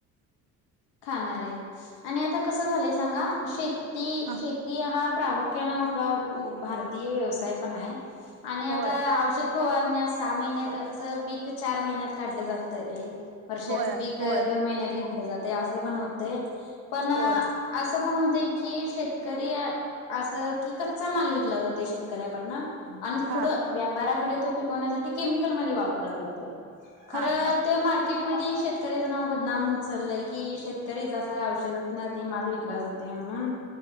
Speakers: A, on the left; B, on the right.
A: खाणार आहे. आणि आता कसं झालंय सांगा शेती
B: ह
A: शेती हा प्रामुख्यान भारतीय व्यवसाय पण आहे आणि आता
B: होय
A: औषध फवारण्या सहा महिने पीक चार महिन्यात काढलं जातं वर्षाच
B: होय
A: पीक
B: होय
A: दोन महिन्यात घेतलं जात. असं पण होतंय पण
B: होय
A: अस पण की शेतकरी अस की कचचा माल विकला जातो शेतकऱ्या कडणा आणि
B: हा
A: पुढं व्यापाराकडे तो पिकवण्यासाठी केमिकल मध्ये वापरला जाते. खरं
B: हा हा
A: तर मार्केटमध्ये शेतकऱ्याच नाव बदनाम होत चाललंय. कि शेतकरीचा औषधात ना ते माल विकला जाते म्हणून